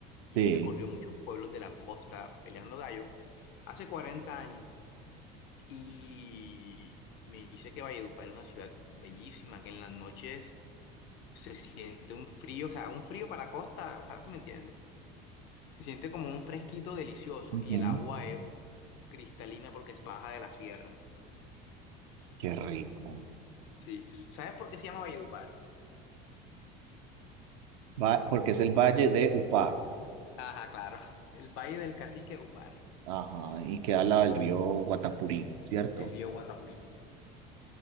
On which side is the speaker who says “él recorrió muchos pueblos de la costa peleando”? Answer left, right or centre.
Left